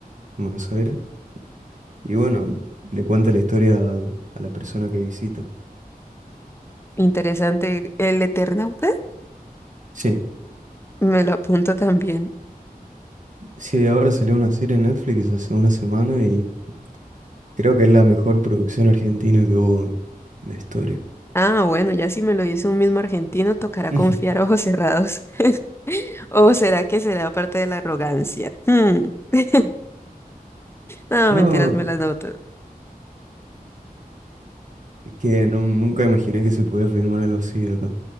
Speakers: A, on the right (about 55°); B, on the left (about 15°).
A: en Buenos Aires. Y bueno, le cuenta la historia al- a la persona que visita.
B: interesante. ¿El Eternauta?
A: Sí,
B: Me lo apunto también.
A: Sí, ahora salió una serie en Netflix hace una semana y creo que es la mejor producción argentina que hubo de historia.
B: Ah, bueno, ya si me lo dice un mismo argentino, tocará
A: <laughs>
B: confiar <laughs> a ojos cerrados. <laughs> ¿O será que será parte de la arrogancia? Hmm. <laughs> No,
A: No,
B: mentiras, me las noto.
A: es que no- nunca imaginé que se podía filmar algo así acá.